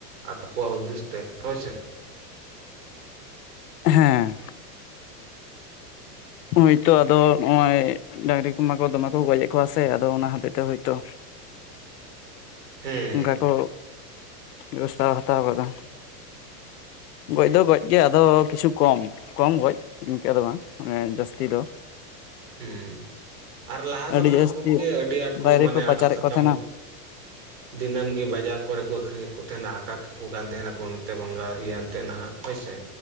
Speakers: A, on the right; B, on the left.
A: ᱟᱠᱚᱣᱟᱜ ᱦᱩᱫᱤᱥ ᱛᱮ ᱦᱳᱭ ᱥᱮ
B: ᱦᱮᱸ ᱦᱳᱭᱛᱚ ᱟᱫᱚ ᱱᱚᱼᱚᱭ ᱰᱹᱟᱝᱨᱤ ᱠᱚᱢᱟ ᱠᱚ ᱫᱚᱢᱮ ᱠᱚ ᱜᱚᱡ ᱮᱫ ᱠᱚᱣᱟ ᱥᱮ ᱟᱫᱚ ᱚᱱᱟ ᱦᱚᱛᱮᱡ ᱛᱮ ᱦᱳᱭᱛᱚ
A: ᱦᱮᱸ
B: ᱚᱱᱠᱟ ᱠᱚ ᱵᱮᱵᱚᱥᱛᱷᱟ ᱦᱟᱛᱟᱣ ᱠᱟᱫᱟ ᱜᱚᱡ ᱫᱚ ᱜᱚᱡ ᱜᱮ ᱟᱫᱚ ᱠᱤᱪᱷᱩ ᱠᱚᱢ ᱠᱚᱢ ᱜᱚᱡ ᱤᱱᱠᱟᱹ ᱫᱚ ᱵᱟᱝ ᱚᱱᱮ ᱡᱟᱹᱥᱛᱤ ᱫᱚ
A: ᱦᱩᱸ ᱟᱨ ᱞᱟᱦᱟ
B: ᱟᱹᱰᱤ
A: ᱫᱚ ᱱᱟᱦᱟᱜ
B: ᱡᱟᱹᱥᱛᱤ
A: ᱜᱚᱢᱠᱮ ᱟᱹᱰᱤ ᱟᱸᱴ ᱠᱚ
B: ᱵᱟᱭᱨᱮ
A: ᱢᱟᱱᱮ
B: ᱯᱟᱪᱟᱨᱮᱫ
A: ᱟᱲᱟᱜ ᱥᱟᱠᱟᱢ
B: ᱠᱚ ᱛᱟᱦᱮᱱᱟ
A: ᱞᱮᱠ
B: <inaudible>
A: ᱫᱤᱱᱟᱹᱢ ᱜᱮ ᱵᱟᱡᱟᱨ ᱠᱚᱨᱮ ᱠᱚ ᱟᱠᱷᱨᱤᱧᱮᱫ ᱠᱚ ᱛᱟᱦᱮᱱᱟ ᱟᱠᱟ ᱠᱟᱠᱚ ᱠᱟᱱ ᱛᱟᱦᱮᱱᱟᱠᱚ ᱱᱚᱛᱮ ᱵᱟᱝᱜᱟᱨ ᱤᱭᱟᱹ ᱮᱱᱛᱮ ᱱᱟᱦᱟᱜ ᱦᱳᱭᱥᱮ